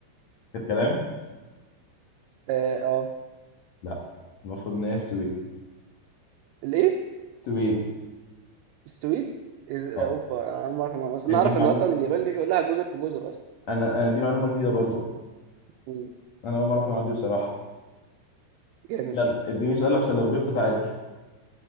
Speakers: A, on the left; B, on the right.
A: الكلام؟
B: اه آه.
A: لا المفروض إن هي السويد
B: الايه
A: السويد
B: السويد إز-
A: آه
B: اوبا انا ما اعرف بس انا
A: يعني
B: اعرف
A: دي
B: ان
A: معلومة
B: اصلا اليابان دي كلها جزر في جزر اصلا
A: أنا أنا دي معلومة جديدة برضو
B: مم.
A: أنا أول مرة أعرف المعلومة دي بصراحة
B: جامد
A: يلا اديني سؤال عشان لو جبته تعادل